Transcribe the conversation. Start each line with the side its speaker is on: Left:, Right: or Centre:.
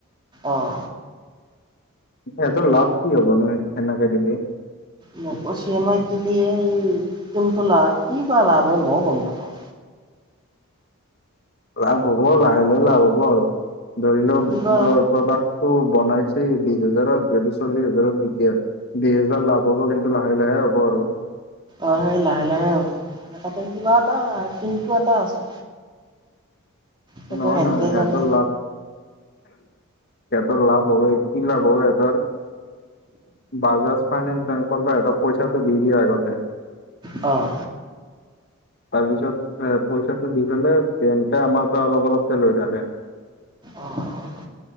Right: অঁ।
Left: সিহতৰ লাভ কি হব নো সেই সেনেকে দিলে?
Right: নপচ ইয়েমাইত দিলে কিন্তু লাভ কি বা লাভ হয় মইও গম নাপাওঁ।
Left: লাভ হ'ব লাহে লাহে লাভ হ'ব আৰু ধৰি লওক
Right: কিবা
Left: ধৰ প্ৰডাক্ট- টো বনাইছে বিশ হাজাৰত যদি চল্লিশ হাজাৰত বিকে- দুই হেজাৰ লাভ হ'ব কিন্তু, লাহে লাহে হ'ব আৰু।
Right: অঁ সেই লাহে লাহে হ'ব আৰু মানে তাতে কিবা এটা কিন্তু এটা আছে। সেইটো
Left: নহয়
Right: সেনতে
Left: নহয় সিহঁতৰ
Right: জানে
Left: লাভ- সিহঁতৰ লাভ হবৈ কি লাভ সিহঁতৰ- বাজাজ ফাইনেন্স বেংকৰ এহতক পইচাটো দি দিয়ে আগতে।
Right: অঁ।
Left: <inaudible> তাৰ পিছত এ পইচাটো দি থলে বেংকে আমাৰ পৰা অলপ অলপকে লৈ থাকে।
Right: অঁ অঁ অ